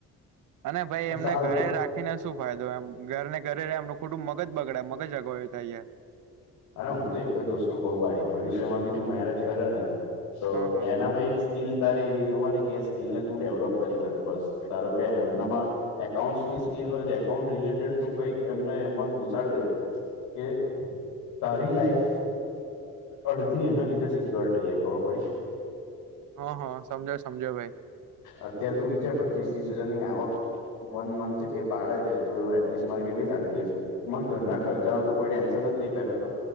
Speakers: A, on the right; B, on the left.
A: અને ભાઈ
B: એ
A: એમને
B: સારું
A: ઘરે રાખીને શું ફાયદો એમ ઘર ને ઘરે રહે એમનું ખોટું મગજ બગડે મગજ જગવાય્યું થાય યાર.
B: હા હું તો એક જ વસ્તુ કહું ભાઈ ભવિષ્યમાં ભી તું મેરેજ કરે ને તો
A: હા હા
B: એનામાં એક સ્કીિલ તારે એવી જોવા ને કે એ સ્કીિલ ને તું ડેવલોપ કરી શકે બસ ધારો કે એમનામાં એકાઉન્ટસની સ્કીિલ હોય તો એકાઉન્ટ રિલેટેડ તું કંઈક એમને એમાં ગુસાડ દે કે તારી લાઈફ અડધી એના લીધે સિક્યોર થઈ જાય ખબર પડી
A: હ હ સમજો સમજો ભાઈ
B: અત્ય્યારે તોું વિચાર પચીસ ત્રીસ હજારની આવક વન મંથ એ પાડે છે તો એ એટલીસ્ટ મારે કેટલી શાંતિ હશે માં ઘરના ખર્ચા ન તો કોઈ ટેન્શન જ નહીં પેલા તો